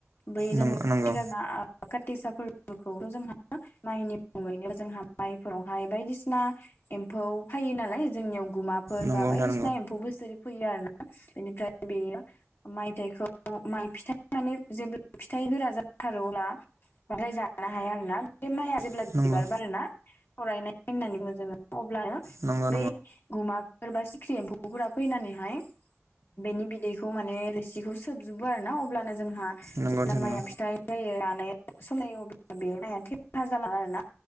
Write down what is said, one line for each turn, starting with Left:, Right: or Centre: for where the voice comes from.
Left: बै
Right: नंगौ
Left: जों खाथि
Right: नंगौ
Left: खाला काथिसाफोरखौल' जोंहा माइनि मुङैनो जोंहा माइफोरावहाय बायदिसिना एम्फौ फायो नालाय जोंनियाव गुमाफोर
Right: नंगौ
Left: बा बायदिसिना
Right: नोंथां
Left: एम्फौ बोसोरै फैयो आरोना बेनिफ्राय बेयो माइथाइखौ माइ फिथाइ माने जेब्ला फिथाइफोरा जाथारो अब्ला <unintelligible> बांद्राय जानो हाया आरोना बे माइआ जेब <unintelligible> अब्ला
Right: नंगौ
Left: बिबार बारोना थ'राइनाय होननानै बुङो जों अब्लानो
Right: नंगौ
Left: बै गुमाफोर बा सिख्रि एम्फौफोरा फैनानैहाय बेनि बिदै खौ माने रोसिखौ सोबजोबो आरोना अब्लानो जोंहा
Right: नंगौ
Left: जेब्ला
Right: नंगौ नोंथां नंगौ
Left: माइया फिथाइ जायो रानायाव सनाय अब्ला बे माइया थेफा जालाङो आरोना